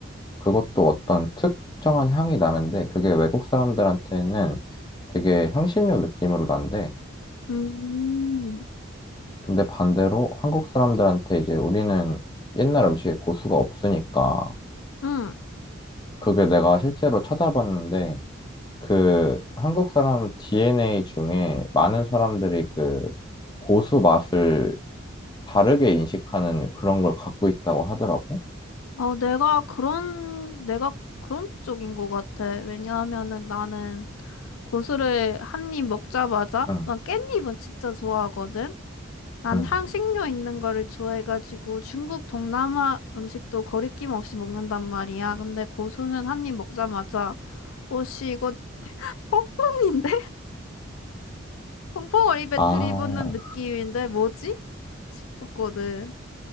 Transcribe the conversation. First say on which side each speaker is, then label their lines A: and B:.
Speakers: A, on the left; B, on the left.
A: 그것도 어떤 특정한 향이 나는데, 그게 외국 사람들한테는 되게 향신료 느낌으로 난대.
B: 음,
A: 근데 반대로 한국 사람들한테 이제 우리는 옛날 음식에 고수가 없으니까,
B: 응.
A: 그게 내가 실제로 찾아봤는데, 그 한국 사람 DNA 중에 많은 사람들이 그 고수 맛을 다르게 인식하는 그런 걸 갖고 있다고 하더라고.
B: 어, 내가 그런, 내가 그런 쪽인 것 같아. 왜냐하면은 나는 고수를 한 입 먹자마자,
A: 응.
B: 난 깻잎은 진짜 좋아하거든? 난
A: 응.
B: 향신료 있는 거를 좋아해가지고 중국 동남아 음식도 거리낌 없이 먹는단 말이야. 근데 고수는 한 입 먹자마자, 오씨, 이거 뽕뽕인데? 펑펑 어립에
A: 아,
B: 들이붓는 느낌인데 뭐지? 싶었거든.